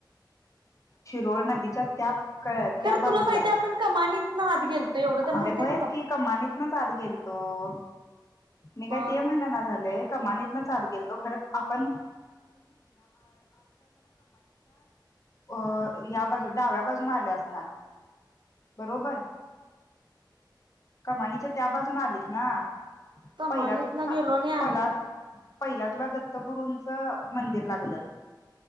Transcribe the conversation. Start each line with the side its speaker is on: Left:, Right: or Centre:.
Left: शिरोळ नदीच्या त्या कळलं
Right: खरं
Left: त्या बाजूला
Right: तुला माहितीय
Left: हा य
Right: आपण कमानीतनं आत गेलतो एवढं तर माहितीय
Left: अरे होयच
Right: तुला
Left: की कमानीतन आत गेल तो मी काय
Right: मग
Left: ते म्हणना झालोय. कमानीतनच आत गेलतो खरं आपण अ या बाजून डाव्या बाजून आले असणार बरोबर कमानीच्या त्या बाजून आलेस ना
Right: कमानीतनं
Left: पहिला तुला
Right: गेलो नाही
Left: पला
Right: आम्ही
Left: पहिला तुला दत्तगुरूंचं मंदिर लागलं